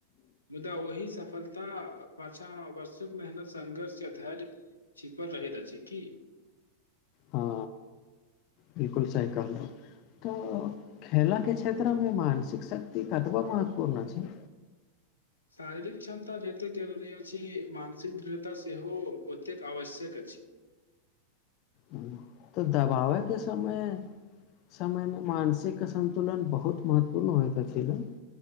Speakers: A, on the left (about 80°); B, on the left (about 40°).
A: मुदा ओहि सफलता पाछाँ वर्षुक मेहनत संङ्घर्ष य धैर्य छिपल रहैत अछि की
B: हँ बिलकुल सही कहलहु तऽ खेलाके क्षेत्रमे मानसिक शक्ति कतबा महत्वपूर्ण छै
A: शारीरिक क्षमता जतेक जरूुरी अ छै मानसिक दृढ़ता सेहोहो ओतेक आवश्यक अछि
B: ह तऽ दबावयके समय समयमे मानसिक संन्तुलन बहुत महत्वपूर्ण होइत अछि ने